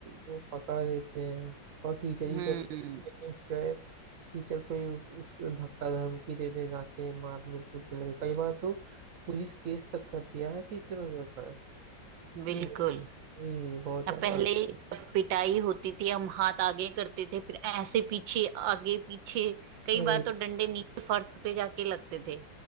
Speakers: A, on the right (about 55°); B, on the right (about 80°).
A: वो पकड़ देते हैं और टीचर
B: हम्म
A: ही के ऊपर पेरेंट्स जो है टीचर को ही उसको धक्का धमकी दे दे जाके मारने कूटने लगे कई बार तो पुलिस केस तक कर दिया है टीचरों के ऊपर ये
B: बिल्कुल
A: मेरे लिए बहुत ज्यादा
B: अब पहले जब पिटाई होती थी हम हाथ आगे करते थे फिर ऐसे पीछे आगे पीछे कई
A: अरे
B: बार तो डंडे नीचे फर्श पे जाके लगते थे